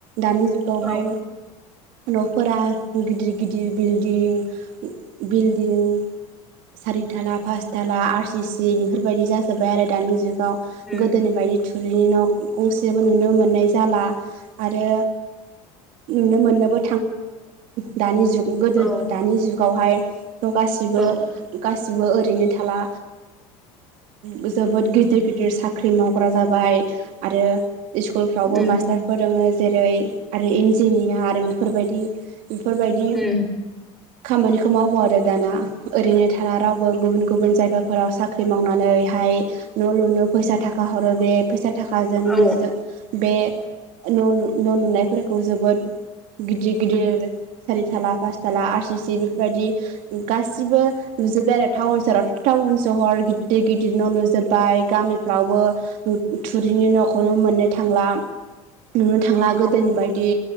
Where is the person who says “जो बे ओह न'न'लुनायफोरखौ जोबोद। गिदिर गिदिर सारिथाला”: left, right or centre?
Right